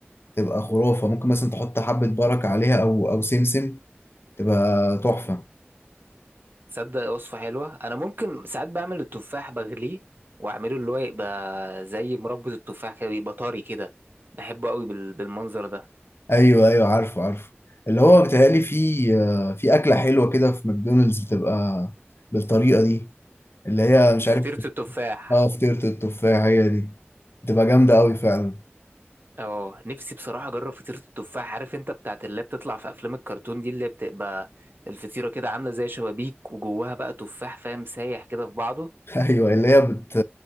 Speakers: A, on the left; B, on the right.
A: تبقى خرافه ممكن مثلا تحط حبه بركه عليها او او سمسم تبقى تحفه
B: تصدق وصفة حلوة أنا ممكن ساعات بعمل التفاح بغليه وأعمله اللي هو يبقى زي مربى التفاح كده يبقى طري كده بحبه قوي بال- بالمنظر ده
A: ايوه ايوه عارفه عارفه اللي هو بيتهيألي في آه، في اكله حلوه كده في ماكدونالدز بتبقى بالطريقه دي اللي هي مش عارف
B: فطيرة التفاح
A: اه فطيره التفاح هي دي بتبقى جامده قوي فعلا
B: اه نفسي بصراحة أجرب فطيرة التفاح عارف أنت بتاعت اللي هي بتطلع في أفلام الكرتون دي اللي بتبقى الفطيرة كده عاملة زي شبابيك وجواها بقى تفاح فاهم سايح كده في بعضه
A: <laughs> ايوه اللي هي بت